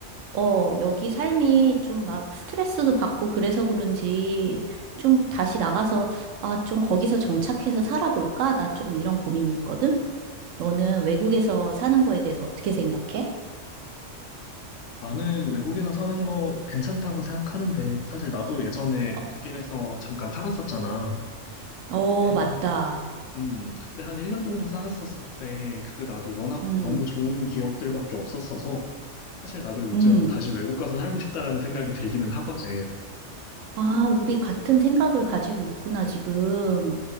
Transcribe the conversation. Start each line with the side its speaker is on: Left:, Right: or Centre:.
Right: 어, 여기 삶이 좀 막 스트레스도 받고 그래서 그런지 좀 다시 나가서 아, 좀 거기서 정착해서 살아볼까? 나 좀 이런 고민이 있거든? 너는 외국에서 사는 거에 대해서 어떻게 생각해?
Left: 나는 외국에서 사는 거 괜찮다고 생각하는데, 사실 나도 예전에
Right: 어,
Left: 독일에서 잠깐 살았었잖아.
Right: 어,
Left: 그때 한,
Right: 맞다.
Left: 음, 그때 한 1년 정도 살았었을 때, 그때 나도 워낙
Right: 음,
Left: 너무 좋은 기억들밖에 없었어서, 사실 나도 요즘
Right: 음.
Left: 다시 외국 가서 살고 싶다라는 생각이 들기는 하거든.
Right: 아, 우리 같은 생각을 가지고 있구나, 지금.